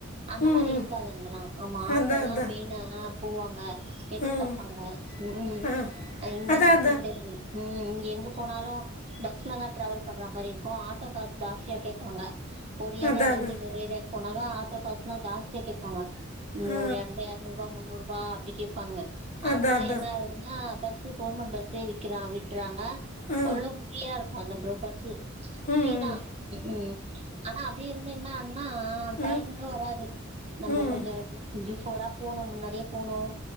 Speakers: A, on the right; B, on the left.
A: அந்த
B: ம்
A: மாரி
B: ம்.
A: இருக்காதங்கல்லாம் ஆமா ஆட்டோதான்
B: அதான் அதான்
A: மெயினா போவாங்க எதிர்பாப்பாங்க
B: ம்
A: ம்
B: ஆ
A: இங்கல்லா
B: அதான்
A: அப்டி கெடையாது ம் இங்க எங்க போனாலும் பஸ்லதா ட்ராவல் பண்ற மாரி இருக்கும் ஆட்டோ காஸ் ஜாஸ்தியா கேப்பாங்க ஒரு ஏரியாலந்து
B: அதான் அதான் அதான்
A: இன்னொரு ஏரியாக்கு போனாவே ஆட்டோ காஸ்லா ஜாஸ்தியா கேப்பாங்க இங்க
B: ஆ
A: ஒரு எந்த எறநூறுபா முன்னூறுரூபா அப்டி கேப்பாங்க
B: அதான்
A: அதனால
B: அதான்
A: என்ன ஆகுதுன்னா பஸ் கு கவுர்மெண்ட் பஸ்ஸே விக்கிறா விடறாங்க
B: ஆ
A: ஓரளவு ஃப்ரீயா இருக்கும் அந்த ப்ரோ பஸ்ஸு ஃபீரிதா
B: ம் ம்
A: ம் ஆனா அப்டி இருந்தே என்னா ஆகுன்னா டைமுக்கு
B: ம்
A: வராது நம்ப
B: ம்
A: கொஞ்சம் பிஃபோரா போணும் முன்னாடியே போணும்